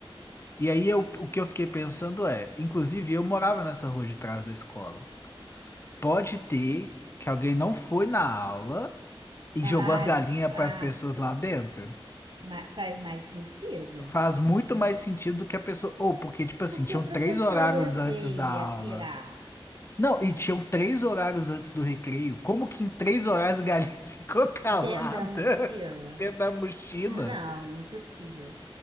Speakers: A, on the left; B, on the right.
A: E aí eu, o que eu fiquei pensando é, inclusive eu morava nessa rua de trás da escola. Pode ter que alguém não foi na aula e
B: Ai,
A: jogou as galinhas
B: ah,
A: para as pessoas lá dentro.
B: ma- faz mais sentido.
A: Faz muito mais sentido do que a pessoa, ou porque tipo assim,
B: Porque
A: tinham
B: o
A: três
B: professor
A: horários
B: ia
A: antes
B: ver
A: da
B: e
A: aula.
B: ia pirar
A: Não, e tinham três horários antes do recreio. Como que em três horários a galinha <laughs> ficou calada
B: dentro da mochila.
A: <laughs> dentro da mochila?
B: Não, impossível.